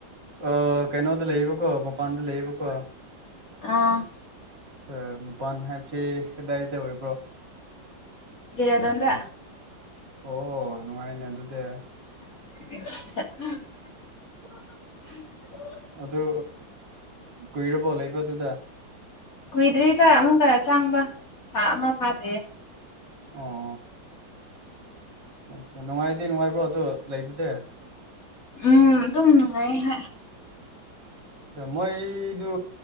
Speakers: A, on the right; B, on the left.
A: ꯑ ꯀꯩꯅꯣꯗ ꯂꯩꯕꯀꯣ ꯃꯄꯥꯟꯗ ꯂꯩꯕꯀꯣ
B: ꯑꯥ
A: ꯑ ꯃꯄꯥꯟ ꯍꯥꯏꯕꯁꯤ ꯀꯗꯥꯏꯗ ꯑꯣꯏꯕ꯭ꯔꯣ
B: ꯗꯦꯔꯥꯗꯨꯟꯗ
A: ꯑꯣ ꯅꯨꯡꯉꯥꯏꯅꯦ ꯑꯗꯨꯗꯤ
B: <unintelligible>
A: ꯑꯗꯨ ꯀꯨꯏꯔꯕꯣ ꯂꯩꯕꯗꯨꯗ
B: ꯀꯨꯏꯗ꯭ꯔꯤꯗ ꯑꯃꯨꯛꯀ ꯑ ꯆꯪꯕ ꯊꯥ ꯑꯃ ꯐꯥꯗ꯭ꯔꯤꯌꯦ
A: ꯑꯣ ꯑ ꯑꯆꯥ ꯅꯨꯡꯉꯥꯏꯗꯤ ꯅꯨꯡꯉꯥꯏꯕ꯭ꯔꯣ ꯑꯗꯨ ꯂꯩꯕꯗ
B: ꯎꯝ ꯑꯗꯨꯝ ꯅꯨꯡꯉꯥꯏ ꯍꯥꯏ
A: ꯃꯣꯏꯗꯨ